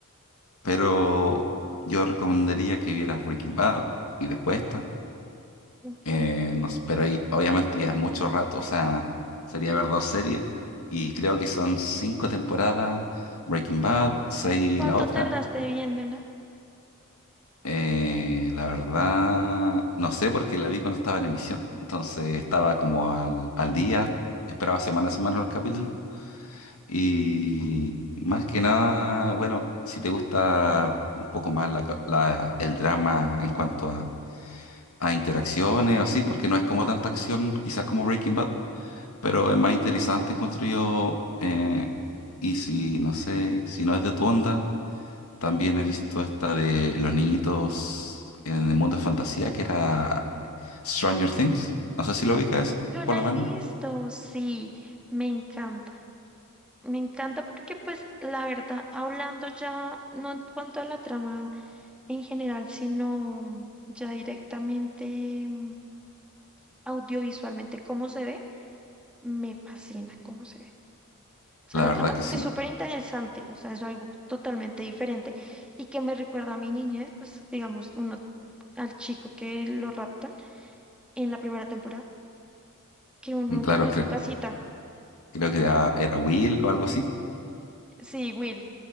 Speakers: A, on the left (about 75°); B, in the centre.
A: pero yo recomendaría que vieras Breaking Bad y después esta.
B: ok.
A: Eh, no sé, pero ahí obviamente ya es mucho rato, o sea, sería ver dos series y creo que son cinco temporadas, Breaking Bad, seis
B: ¿Cuánto
A: la otra.
B: tardaste viéndola?
A: Eh, la verdad, no sé porque la vi cuando estaba en emisión, entonces estaba como al, al día, esperaba semana a semana los capítulos. Y más que nada, bueno, si te gusta un poco más la ca- la- el drama en cuanto a, a interacciones, así, porque no es como tanta acción, quizás como Breaking Bad, pero es más interesante, encuentro yo. eh, y si, no sé, si no es de tu onda, también he visto esta de los niñitos en el mundo de fantasía, que era Stranger Things. No sé si lo ubicas,
B: Yo
A: por
B: la
A: lo menos.
B: he visto, sí, me encanta. Me encanta porque, pues, la verdad, hablando ya, no en cuanto a la trama. en general, sino ya directamente mm, audiovisualmente cómo se ve, me fascina cómo se ve. O sea,
A: La
B: la
A: verdad
B: trama
A: que sí.
B: es súper interesante, o sea, es algo totalmente diferente y que me recuerda a mi niñez, pues digamos, uno al chico que lo raptan en la primera temporada, que uno tenía
A: Claro, cre-
B: su casita.
A: creo que era era Will o algo así.
B: Sí, Will.